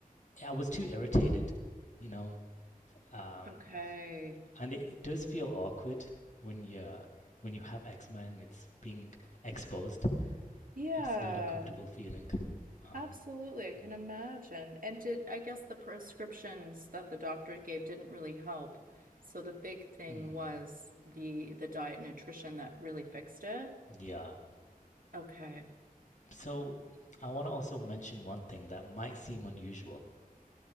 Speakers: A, on the left; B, on the right.
A: I was too irritated, you know. Um,
B: Okay.
A: and it, it does feel awkward when you're when you have eczema and it's being exposed.
B: Yeah,
A: It's not a comfortable feeling. Um,
B: absolutely. I can
A: mm,
B: imagine. And did I guess the prescriptions that the doctor gave didn't really help. So the big thing
A: mm,
B: was the the diet and nutrition that really fixed it.
A: yeah.
B: Okay.
A: So I want to also mention one thing that might seem unusual.